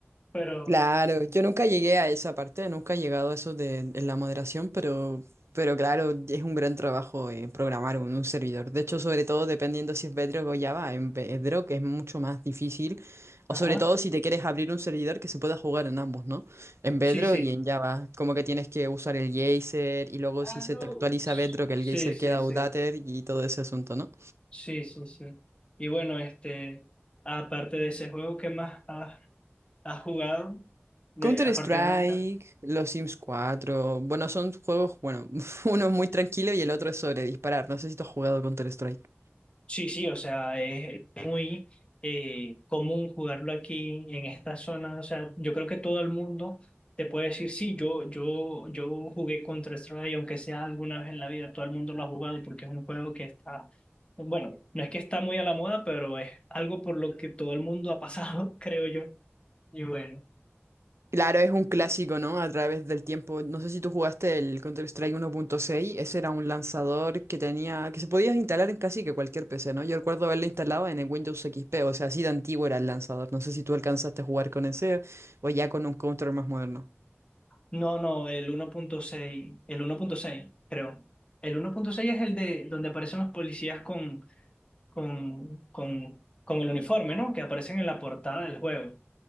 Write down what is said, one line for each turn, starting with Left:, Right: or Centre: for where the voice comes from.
Left: pero,
Right: Claro, yo nunca llegué a esa parte, nunca he llegado a eso de, de la moderación, pero, pero claro, es un gran trabajo eh, programar un, un servidor. De hecho, sobre todo dependiendo si es Bedrock o Java, en Bedrock es mucho más difícil, o
Left: ajá,
Right: sobre todo si te quieres abrir un servidor que se pueda jugar en ambos, ¿no? En Bedrock
Left: sí, sí.
Right: y en Java, como que tienes que usar el geyser y luego
Left: Ah,
Right: si se
Left: no.
Right: te actualiza Bedrock, el
Left: Sí,
Right: geyser
Left: sí,
Right: queda outdated
Left: sí.
Right: y todo ese asunto, ¿no?
Left: Sí, sí, sí. Y bueno, este, aparte de ese juego, ¿qué más has, has jugado? De,
Right: Counter-Strike,
Left: aparte de Minecraft.
Right: los Sims 4, bueno, son juegos, bueno, <laughs> uno es muy tranquilo y el otro es sobre disparar. No sé si tú has jugado Counter-Strike.
Left: Sí, sí, o sea, es muy eh, común jugarlo aquí en esta zona. O sea, yo creo que todo el mundo te puede decir, sí, yo, yo, yo jugué Counter-Strike, aunque sea alguna vez en la vida, todo el mundo lo ha jugado porque es un juego que está, bueno, no es que está muy a la moda, pero es algo por lo que todo el mundo ha pasado, <laughs> creo yo. Y bueno.
Right: Claro, es un clásico, ¿no? A través del tiempo. No sé si tú jugaste el Counter-Strike 1.6. Ese era un lanzador que tenía, que se podía instalar en casi que cualquier PC, ¿no? Yo recuerdo haberlo instalado en el Windows XP, o sea, así de antiguo era el lanzador. No sé si tú alcanzaste a jugar con ese o ya con un Counter más moderno.
Left: No, no, el uno punto seis, el uno punto seis, creo. El uno punto seis es el de donde aparecen los policías con, con, con, con el uniforme, ¿no? Que aparecen en la portada del juego.